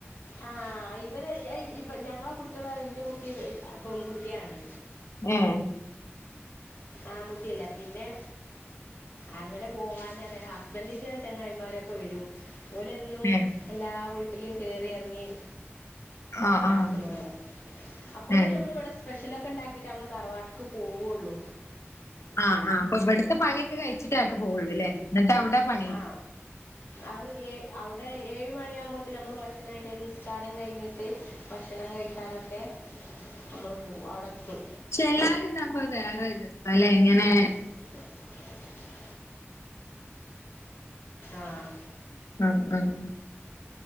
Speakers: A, on the left; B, on the left.
A: ആ ഇവര് ഇ ഞങ്ങളെ കുട്ടികൾ ഇന്റെ കുട്ടി പെൺകുട്ടിയാണ്
B: ഏഹ്
A: ആൺകുട്ടിയല്ല പിന്നെ അങ്ങനെ പോവാനറിയ ഹസ്ബൻന്റിന്റെ ചെങ്ങായിമാരൊക്കെ വരും ഓലെന്നും
B: ഏഹ്
A: എല്ലാ വീട്ടിലും കേറി എറങ്ങി
B: ആഹ്
A: നട്ക്ക്ണോലാ
B: ആഹ്
A: അപ്പൊത്തിന്
B: ഏഹ്
A: നമ്മൾ ഇവിടെ സ്പെഷ്യലൊക്കെ ഉണ്ടാക്കിട്ടെ ഞാങ്ങള് തറവാട്ടിക്ക് പോവൊള്ളൂ
B: ആഹ ആഹ് അപ്പൊ ഇവിടുത്തെ പണിയൊക്കെ കഴിച്ചിട്ടേ അട്ട് പോവൊള്ളൂ ലെ എന്നിട്ട് അവിടെ പണി
A: ആ അത് ഏ അവിടെ ഏഴ് മണിയാകുമ്പോത്തേനും നമ്മള് ഭക്ഷണംക്കെ കഴിഞ്ഞ് നിസ്കാരം കഴിഞ്ഞ് ത്തി ഭക്ഷണം കഴിക്കാനൊക്കെ നമ്മൾ പോവും അവിടെത്തും
B: പക്ഷെ എല്ലാരും ഇണ്ടാവുമ്പൊ അത്‌ വേറെ ഒരു രസാലെ ഇങ്ങനെ
A: <inaudible> ആഹ്
B: ആഹ് ആഹ്